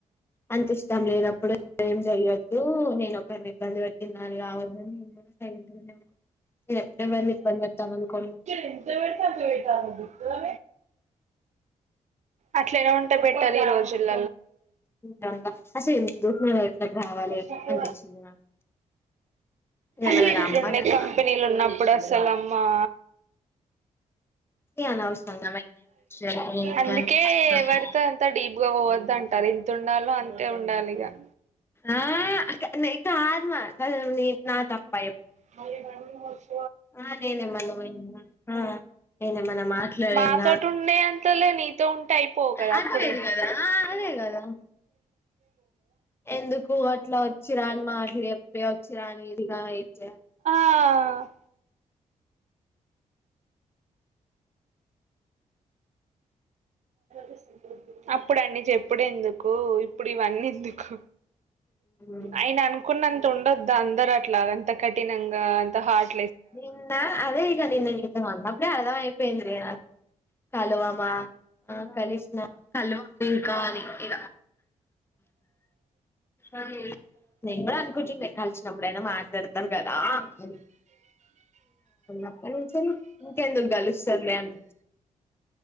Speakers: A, on the left (about 15°); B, on the right (about 60°).
A: అంత ఇష్టాం లేదప్పుడు ఏం జయవొద్దు నేను ఒకరిని ఇబ్బంది పెట్టినా కావద్దని నేను కూడా ఎడ తా అనుకో
B: ఎట్ల పెడితే అట్లా పాటల అట్లనా ఉంటే పెట్టాలి ఈ రోజుల
A: దంగా అసలు ఎందుకు నేను ఇట్లకి రావాలి
B: అసలు
A: అనిపించింది నాకు నేను ఏమైనా
B: ఇట్లుండయి
A: రమ్మన్నానా
B: కంపెనీలు ఉన్నప్పుడు సలమ్మా
A: ఏ అనవసరంగా మెయిన్ ఇండస్ట్రీ అనుకుని ఇంకే
B: అందుకేవడితే
A: అనిపిస్తుంది నాకు
B: అంత డీప్గా పోవద్దు అంటారు ఎంత ఉండాలో అంతే ఉండాలి ఇక
A: ఆకా ఆత్మ న నా తప్పయి
B: అ మ ఆ
A: ఆ నేనేమన్నా నేనేమన్నా మాట్లాడినా
B: మాతోటి ఉండే అంతలో నీతో ఉంటే అయిపోవు కదా
A: అటుపోయేది
B: అప్పుడే
A: కదా ఆ అదే కదా ఎందుకు అట్లా వచ్చిరాని మాటలు చెప్పి వచ్చిరాని ఇదిగా ఇది చేయాలి
B: ఆ మస్తు అప్పుడాన్డి చెప్పుడు ఎందుకు ఓ ఇప్పుడు ఇవన్నీ ఎందుకు
A: ఉమ్.
B: అయిన అనుకున్నం ఉండొద్ద అందరు అట్లా అంత కఠినంగా అంత హార్డ్
A: నిన్న అదే ఇగ నిన్న నితువా అప్పుడే అర్ధం అయి పేయింది నాక్ కాలువం ఆ కలిసిన కలివ ఇంకా అనీ ఇగ అవు నేనే అనుకుంటుందే కల్సినబ్బుడ్ ఆయన మా తీడతారు కదా అని అప్ప నుంచారు ఇంకెందుకు గలుస్తార్లే అని